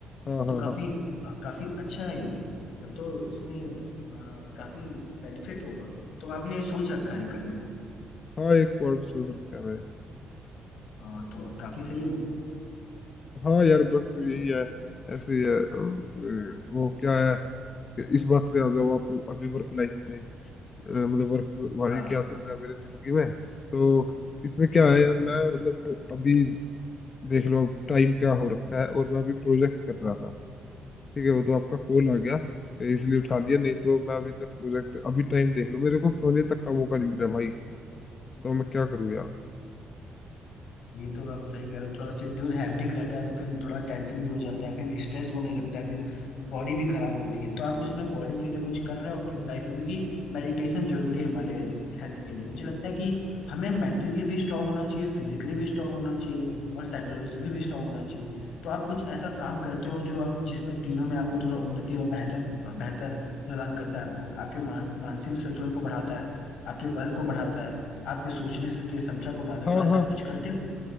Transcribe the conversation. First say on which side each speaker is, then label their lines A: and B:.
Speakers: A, on the left; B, on the left.
A: हाँ
B: ये
A: हाँ
B: तो काफी
A: हाँ
B: काफी अच्छा है ये तब तो इसमें अ, काफी बेनिफिट होगा तो आपने ये सोच रखा है करने को
A: हाँ एक और भी सोच रखा है मैंने
B: हाँ तो काफी सही है
A: हाँ यार बस यही है ऐसे ही है और, अ, वो क्या है कि इस बात पे आ जाओ आप अभी वर्क लाइफ पे अ, मतलब वर्क भाई
B: हाँ
A: क्या चल रहा है मेरी जिंदगी में तो इसमें क्या
B: हम्म। हम्म।
A: है यार मैं मतलब अभी देख लो अब टाइम क्या हो रखा है और मैं अभी प्रोजेक्ट कर रहा था ठीक है वो तो आपका कॉल आ गया इसलिए उठा लिया नहीं तो मैं अभी तक प्रोजेक्ट अभी टाइम देख लो मेरे को सोने तक का मौका नहीं मिल रहा भाई तो मैं क्या करूँ यार
B: ये तो आप सही कह रहे हो थोड़ा शेड्यूल हैप्टिक रहता है तो फिर थोड़ा टेंशन भी हो जाता है फिर स्ट्रेस होने लगता है फिर बॉडी भी खराब होती है तो आप कुछ अपने बॉडी के लिए कुछ कर रहे हो अपने लाइफ में क्योंकि मेडिटेशन जरूरी है हमारे हेल्थ के लिए मुझे लगता है कि हमें मेंटली भी स्ट्रांग होना चाहिए फिजिकली भी स्ट्रांग होना चाहिए और साइकोलॉजिकली भी स्ट्रांग होना चाहिए तो आप कुछ ऐसा काम करते हो जो आप जिसमें तीनों में आपको थोड़ा उन्नति और बेहतर बेहतर प्रदान करता है आपको आपके मान, मानसिक संतुलन को बढ़ाता है आपके बल को बढ़ाता है आपके सोचने के क्षमता को बढ़ाता है
A: हाँ
B: तो ऐसा
A: हाँ
B: आप कुछ करते हो